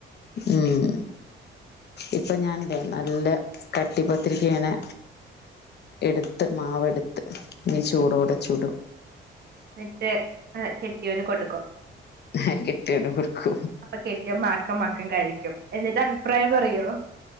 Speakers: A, on the left; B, on the right.
A: ഉം ഇപ്പൊ ഞാൻല്ലേ നല്ല കട്ടി പത്തിരിക്ക് ഇങ്ങനെ എടുത്ത് മാവട്ത്ത് ഇനി ചൂടോടെ ചുടും
B: എന്നിട്ട് കെട്ടിയോന് കൊടുക്കും
A: ആഹ് കെട്ടിയോൻ കൊടുക്കും
B: കെട്ടിയ മാക്കം മാക്കം കഴിക്കും എന്നിട്ട് അഭിപ്രായം പറയോ